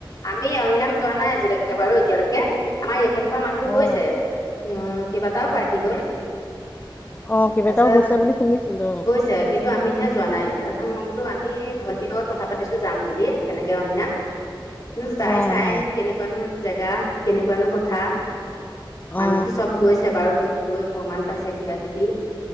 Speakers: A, on the left; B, on the left.
A: আমি অগ্ন নাম যোৱা নাই আজিলৈকে বাৰু এতিয়ালৈকে আমাৰ এইফালে। মানুহ গৈছে
B: অ'
A: উ কেইবাটাও পাৰ্টি গ'ল।
B: অ কেইবাটাও
A: তাৰপিছত
B: গৈছে বুলি শুনিছিলো
A: গৈছে কিন্তু আমিহে যোৱা নাই তাৰপিছত মই বোলো আ। আমি ভন্টিৰ লগত কথা পাতিছো যাম বুলি তেনেকে ৰঙী নাম। উম, যাই
B: অ
A: চাই
B: অ
A: আহিম কেনেকুৱানো জেগা, কেনেকুৱানো কথা। মানুহটো
B: অ
A: চব গৈছে বাৰু গৈ প্ৰমাণ পাইছে কিবা- কিবি।